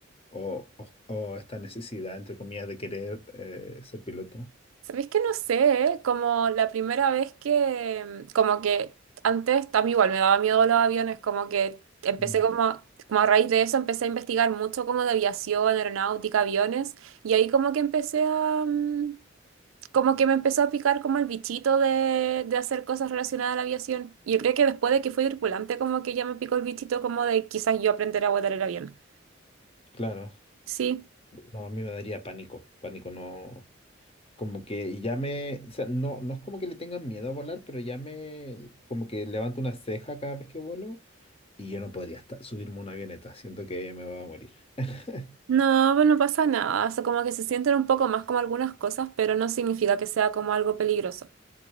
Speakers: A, on the left; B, on the right.
A: o, o- o esta necesidad, entre comillas, de querer eh, ser piloto?
B: Sabéis que no sé, ¿eh? Como la primera vez que, mm, como que antes también igual me daba miedo los aviones, como que empecé
A: Mm,
B: como a, como a raíz de eso empecé a investigar mucho como de aviación, aeronáutica, aviones, y ahí como que empecé a, mm, como que me empezó a picar como el bichito de, de hacer cosas relacionadas a la aviación. Y yo creo que después de que fui tripulante, como que ya me picó el bichito como de quizás yo aprender a volar el avión.
A: Claro.
B: Sí.
A: No, a mí me daría pánico. Pánico no. Como que ya me, o sea, no, no es como que le tengan miedo a volar, pero ya me, como que levanto una ceja cada vez que vuelo y yo no podría hasta subirme a una avioneta, siento que me voy a morir. <laughs>
B: No, pues no pasa nada. O sea, como que se sienten un poco más como algunas cosas, pero no significa que sea como algo peligroso.